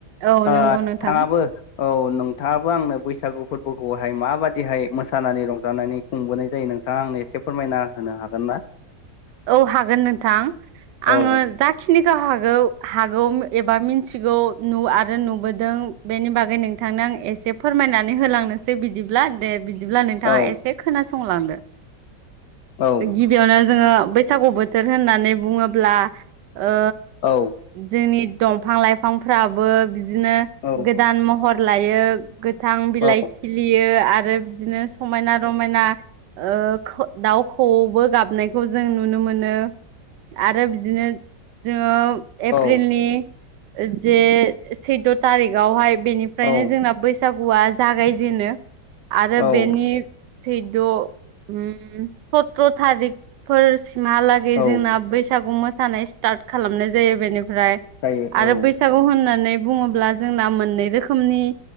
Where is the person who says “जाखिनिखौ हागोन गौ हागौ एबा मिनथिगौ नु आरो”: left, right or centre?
Right